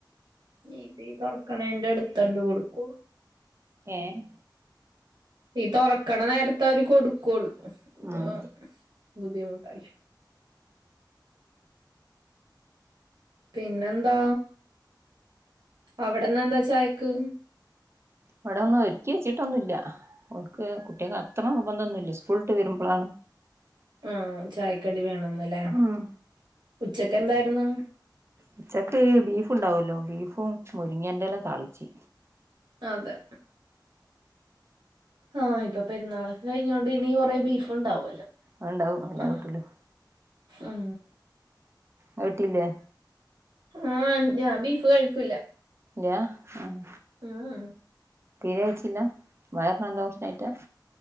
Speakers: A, on the right (about 70°); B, on the right (about 35°).
A: ഞ്ഞിതി തൊറക്കണേന്റെ ടുത്തണ്ട് കൊടുക്കും
B: ഏഹ്
A: ഈ തൊറക്കണ നേരത്തെവര് കൊടുക്കു <unintelligible>
B: ഉം
A: ബുദ്ധിമുട്ടല്ലേ പിന്നെന്താ അവിടന്നെന്താ ചായക്ക്?
B: വടൊന്നു ഒര്ക്കി വെച്ചിട്ടൊന്നുല്ല ഓർക്ക് കുട്ട്യേക്കത്ര നിർബന്ധൊന്നുല്ല സ്കൂൾട്ട് വരുമ്പളാണ്
A: ആഹ് ചായക്കടി വേണംന്ന്ല്ലേ
B: ഉം
A: ഉച്ചക്കെന്തായിരുന്നു?
B: ഉച്ചക്ക് ബീഫ്ണ്ടാവല്ലോ ബീഫും മുരിങ്ങന്റെല താളിച്ചി
A: അതെ ആഹ് ഇപ്പപ്പെരുന്നാളൊക്കെ കഴിഞ്ഞോണ്ട്നി കൊറെ ബീഫ് ഉണ്ടാവല്ലോ
B: അതുണ്ടാവും എല്ലാ
A: ഉ
B: വീട്ടിലും
A: ഉ ഊ
B: അഅ് വിട്ടില്ലേ
A: ആഹ് ഞാം ബീഫ് കഴിക്കൂല്ല
B: ല്യ ആഹ്
A: ഊ ഉം
B: തീരേ കയ്ച്ചില്ല വയറിനെന്തോ പ്രശ്നായ്റ്റാ?